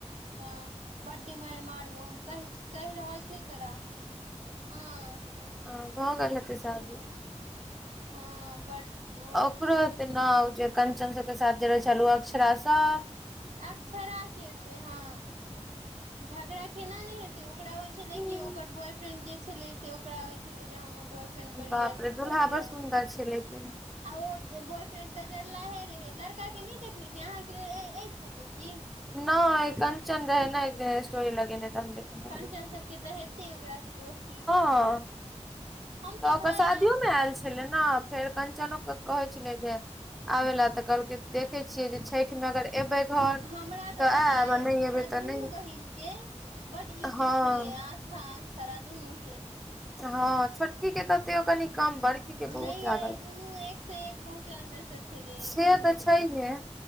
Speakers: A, on the right; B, in the centre.
A: हँ बडि मारि मारूबो हम कहि रहल छियौ तोरा, हँ,
B: आ ब गेललत
A: ओ जे
B: सााबी
A: छै ने
B: <unintelligible>
A: हँ, ओ
B: ओकरो
A: अथी
B: हेतै न जे कंचन सभके साथ जे रहै छल ओ अक्षरा सभ,
A: अक्षरा के हेत हऽ झगड़ा केना नहि हेतै ओकरा होइत छलै
B: छै
A: कि ओकर बॉयफ्रेंड जे छलै से ओकरा होइत छलै जे हमर बॉय, न पर
B: बाप
A: अथी
B: रे दुल्हा
A: करैया
B: बड़ सुन्दर
A: <unintelligible>
B: छै लेकिन
A: आ ओ बॉयफ्रेंड तऽ जलाहे रहे लड़का के नहि देखने छी अहाँ के फोटो की?
B: <unintelligible> तऽ हम देखने
A: कंचन
B: रहियै
A: सबके तऽ हेतै ओकरासँ दोस्ती,
B: हँ,
A: हम
B: तऽ ओकर
A: भाय
B: शादियो मे आयल छलै ने फेर कंचनओ कहैत छलै जे, आबे लए तऽ कहलकै देखै छियै जे? छठि मे अगर एबै घर
A: हमरा तऽ
B: आयब
A: पता अइ
B: आ
A: ओकरा
B: नहि एबै तऽ
A: दुनू
B: नहि
A: बहिन के, बट इगो
B: हँ
A: छललै आस्था आस्था दुनूके,
B: हँ छोटकी के तऽ तो कनि कम बड़की के बहुत
A: नहि
B: जदा,
A: ये दुनू एक से एक, पहुँचल मे से छलै
B: सेहत
A: दुनू
B: अच्छा ही है,